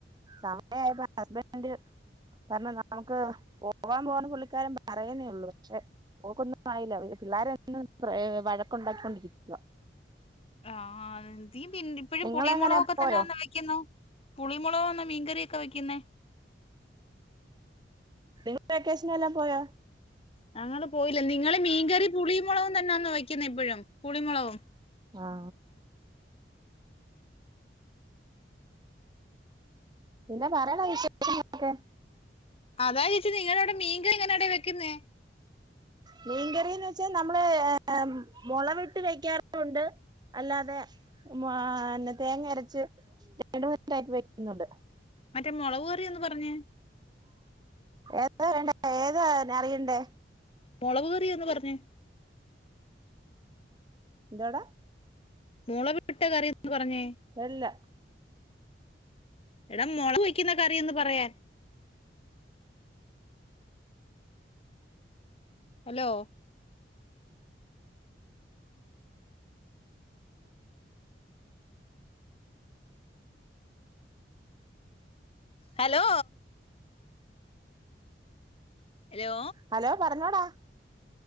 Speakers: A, on the right; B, on the left.
A: സമയയപ്പോ ഹസ്ബൻഡ് പറഞ്ഞ നമുക്ക് പോവാൻ പോണ പുള്ളിക്കാരും പറയുന്നേള്ളൂ പക്ഷെ പോക്കൊന്നും ആയില്ല പിള്ളേരും വഴക്കുണ്ടാക്കിക്കൊണ്ടിരിക്കുക
B: ആഹ് നീ ഇപ്പഴും
A: നിങ്ങളെങ്ങനെ
B: പുളിയമുളകൊക്കെ
A: പോയോ
B: തന്നെയന്ന വെക്കുന്നോ പുളി മുളകോന്നോ മീൻകറിയൊക്കെ വെക്കുന്നെ
A: നിങ്ങൾ വെക്കേഷന എല്ലാം പോയാ
B: ഞങ്ങള്പോയില്ല നിങ്ങള് മീൻകറി പുളിമുളകും തന്നെയാന്നോ വയ്ക്കുന്ന ഇപ്പഴും പുളിമുളകും
A: ആ പിന്നെ പറയണ വിശേഷളൊക്കെ
B: അതാ ചോയ്ച്ചേ നിങ്ങളവിടെ മീൻകറി എങ്ങനെടാ വെക്കുന്നേ
A: മീൻകറിന്ന് വെച്ചാ നമ്മള് ഏ മൊളവിട്ട് വെക്കാറുണ്ട് അല്ലാതെ ഏ തേങ്ങ അരച്ച് രണ്ട് യിട്ട് വെക്ക്ന്നുണ്ട്
B: മറ്റേ മുളക് കറിയൊന്ന് പറഞ്ഞെ
A: ഏതാ വേണ്ട ഏതാ അറിയണ്ടേ
B: മൊളക് കറിയൊന്ന് പറഞ്ഞെ
A: ന്താടാ
B: മുളക് ട്ട കറിയൊന്ന് പറഞ്ഞേ
A: വെള്ള
B: എടാ മുളക് വയ്ക്കുന്ന കറി ഒന്ന് പറയാൻ ഹലോ ഹലോ ഹലോ
A: ഹലോ പറഞ്ഞോടാ